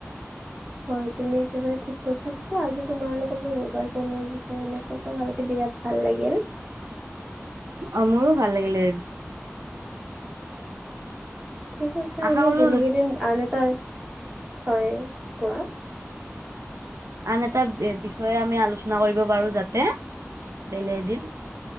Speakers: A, on the right; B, on the right.
A: হয় তুমি একেবাৰে ঠিক কৈছা পিছে আজি তোমাৰ লগত মোৰ মবাইল ফোনৰ বিষয়ে এনেকুৱা কথা পাতি বিৰাট ভাল লাগিল
B: অ মোৰো ভাল লাগিলে।
A: <inaudible> ঠিক আছে
B: আশা
A: আমি
B: কৰো
A: বেলেগ এদিন আন এটা হয় কোৱা।
B: আন এটা বিষয়ে আমি আলোচনা কৰিব পাৰো যাতে। বেলে দিন